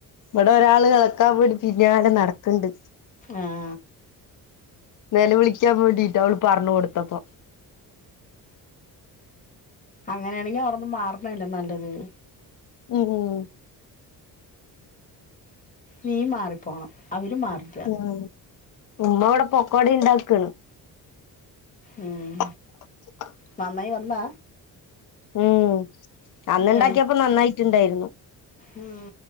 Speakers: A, on the left (about 55°); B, on the left (about 20°).
A: ഇവിടെ ഒരാള് നടക്കാൻ പടിപ്പിക്കാണ്ട് നടക്ക്ണ്ട്
B: ആഹ്
A: നെല വിളിക്കാൻ വേണ്ടിട്ട് അവള് പറഞ്ഞു കൊടുത്തപ്പൊ
B: അങ്ങനെയാണെങ്കി അവിടന്ന് മാറണല്ലേ നല്ലത്
A: ഉം ഉം
B: നീ മാറിപ്പോണം അവര് മാറി
A: ഉം ഉമ്മ ഇവിടെ പൊക്കോട ഇണ്ടാക്കേണ്
B: ഉം
A: <inaudible>
B: നന്നായി വന്ന?
A: ഉം അന്ന് ഇണ്ടാക്കിയപ്പോ
B: ഏ,
A: നന്നായിട്ടുണ്ടായിരുന്നു
B: ഉം.